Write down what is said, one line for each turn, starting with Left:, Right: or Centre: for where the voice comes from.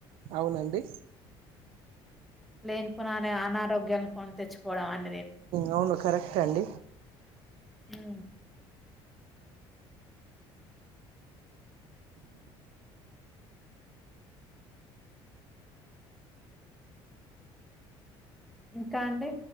Right: అవునండి
Centre: లేని పోనీ అనారోగ్యాలు కొని తెచ్చుకోవడం అని
Right: అవును కరెక్ట్ అండి
Centre: హ్ ఇంకా అండి